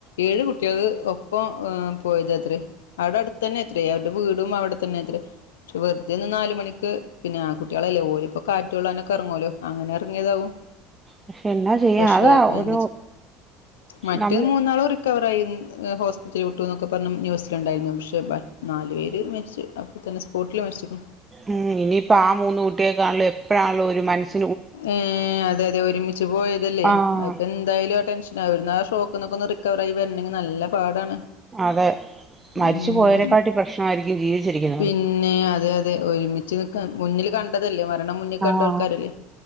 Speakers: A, on the left (about 80°); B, on the right (about 20°).
A: ഏഴ് കുട്ട്യാൾ ഒപ്പം അ് പോയതാത്ര. അവടെ അടുതന്നെ എത്രയേ അവരുടെ വീടും അവിടെത്തന്നെ എത്ര പക്ഷെ വെറുതെ ഒന്ന് നാല് മണിക്ക് ക്ക് പിന്നെ ആ കുട്ടികളല്ലേ ഓല് ഇപ്പോകാറ്റ് കൊള്ളാനൊക്കെ അറ ങ്ങെല്ലോ അങ്ങനെ എറങ്ങിയതാവും.
B: പക്ഷെ എന്നാ ചെയ്യാ
A: പക്ഷെ
B: അതാ ഒരു
A: എന്താച് മറ്റേത്
B: നമ്മള്
A: മൂന്നാൾ ഓറി കവറായി ഇഅ് ഹോസ്പിറ്റല് വിട്ടു എന്നൊക്കെ പറഞ്ഞഞ് ന്യൂസിലുണ്ടായിരുന്നു. പക്ഷേ മ നാല് പേര് മെരിച്ച്. അ തന്നെ സ്പോട്ടിൽ മേര്ച്ച്ക്ക്ണ്.
B: ഉ ഇനിയിപ്പോ ആ മൂന്ന് കുട്ടിയെക്കാണല്ലോ എപ്പോഴാണല്ലോ ഒരു മനസ്
A: ഏ അതെ അതെ ഒരുമിച്ച് പോയതല്ലേ
B: ആഹ്
A: അപ്പ എ എന്തായാലും ആ ടെൻഷൻ ആവരുന്ന ആ ഷോക്ക്ന്നൊക്കൊന്ന് റിക്കവർ ആയി വരണമെങ്കി നല്ല പാടാണ്.
B: അതെ മരിച്ചു
A: ഉം
B: പോയരെേക്കാട്ടി പ്രശ്നമായിരിക്കും ജീവിച്ചിരിക്കുന്
A: പിന്നെ അതെ അതെ ഒരുമിച്ച് നിക്ക മുന്നിൽ കണ്ടതല്ലേ മരണം മുന്നിൽ കണ്ട
B: ആഹ്
A: ആൾക്കാരല്ലേ?